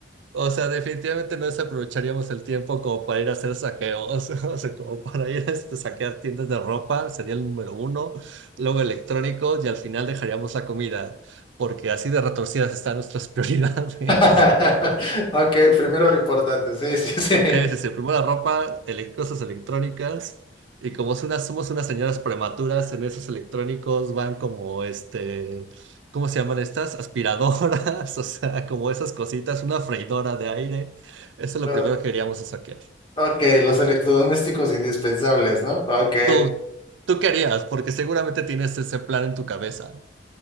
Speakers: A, on the right; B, on the left.
A: O sea, definitivamente no desaprovecharíamos el tiempo como para ir a hacer saqueos, <laughs> o sea, como para ir a este, saquear tiendas de ropa, sería el número uno, luego electrónicos y al final dejaríamos la comida, porque así de retorcidas están nuestras <laughs> prioridades.
B: <laughs> Ok, primero lo importante, sí, sí, <laughs> sí.
A: Debe ser primero la ropa, ele- cosas electrónicas, y como es una- somos unas señoras prematuras, en esos electrónicos van como este, ¿cómo se llaman estas? Aspiradoras, <laughs> o sea, como esas cositas, una freidora de aire, eso es lo
B: Lo-
A: primero que queríamos saquear.
B: ok, los electrodomésticos indispensables, ¿no? Ok.
A: Tú, tú qué harías, porque seguramente tienes ese plan en tu cabeza.